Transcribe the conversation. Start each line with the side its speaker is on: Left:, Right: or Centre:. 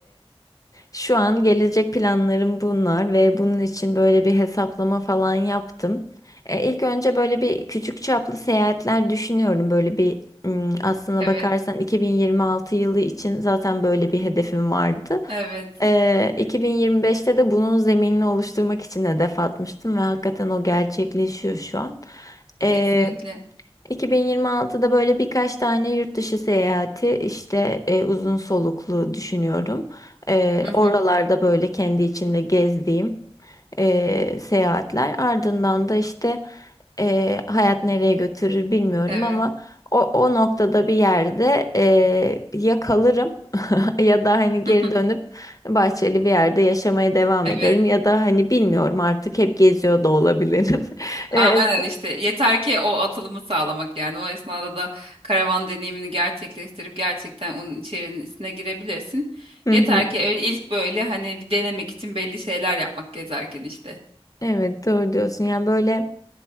Left: Şu an gelecek planlarım bunlar ve bunun için böyle bir hesaplama falan yaptım. E, ilk önce böyle bir küçük çaplı seyahatler düşünüyorum. Böyle bir ım, aslına
Right: Evet.
Left: bakarsan 2026 yılı için zaten böyle bir hedefim vardı.
Right: Evet.
Left: E, 2025'te de bunun zeminini oluşturmak için hedef atmıştım ve hakikaten o gerçekleşiyor şu an. E,
Right: Kesinlikle.
Left: 2026'da böyle birkaç tane yurt dışı seyahati işte e, uzun soluklu düşünüyorum. E,
Right: Hı hı.
Left: oralarda böyle kendi içinde gezdiğim e, seyahatler. Ardından da işte e, hayat nereye götürür bilmiyorum
Right: Evet.
Left: ama o, o noktada bir yerde e, ya kalırım <laughs> ya da hani geri
Right: <laughs>
Left: dönüp bahçeli bir yerde yaşamaya devam ederim
Right: Evet.
Left: ya da hani bilmiyorum artık hep geziyor da olabilirim. <laughs> E,
Right: Aynen işte yeter ki o atılımı sağlamak yani o esnada da karavan deneyimini gerçekleştirip gerçekten onun içerisine girebilirsin.
Left: Hı
Right: Yeter
Left: hı.
Right: ki öyle ilk böyle hani bir denemek için belli şeyler yapmak gezerken işte.
Left: Evet doğru diyorsun. Yani böyle